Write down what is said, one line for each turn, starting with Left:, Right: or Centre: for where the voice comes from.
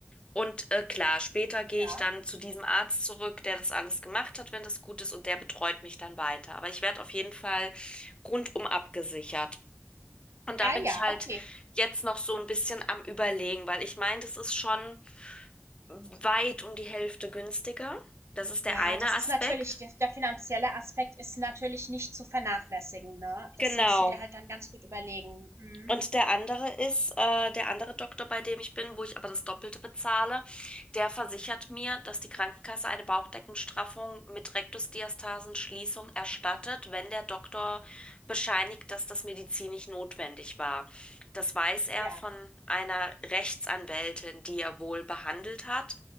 Left: Und äh, klar, später gehe
Right: Ja.
Left: ich dann zu diesem Arzt zurück, der das alles gemacht hat, wenn das gut ist, und der betreut mich dann weiter. Aber ich werde auf jeden Fall rundum abgesichert. Und da
Right: Ah
Left: bin
Right: ja,
Left: ich halt
Right: okay.
Left: jetzt noch so ein bisschen am Überlegen, weil ich meine, das ist schon weit um die Hälfte günstiger. Das ist
Right: Ja,
Left: der eine
Right: das
Left: Aspekt.
Right: ist natürlich, der, der finanzielle Aspekt ist natürlich nicht zu vernachlässigen, ne?
Left: Genau.
Right: Das musst du dir halt dann ganz gut überlegen. Mhm.
Left: Und der andere ist, äh, der andere Doktor, bei dem ich bin, wo ich aber das Doppelte bezahle, der versichert mir, dass die Krankenkasse eine Bauchdeckenstraffung mit Rektusdiastasenschließung erstattet, wenn der Doktor bescheinigt, dass das medizinisch notwendig war. Das weiß er
Right: Ja,
Left: von einer Rechtsanwältin, die er wohl behandelt hat.